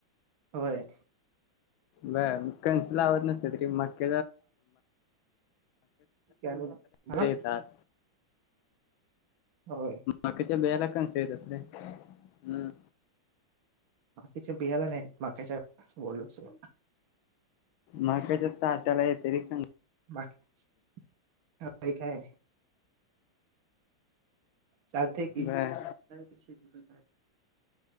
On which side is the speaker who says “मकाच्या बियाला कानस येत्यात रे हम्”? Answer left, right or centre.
Left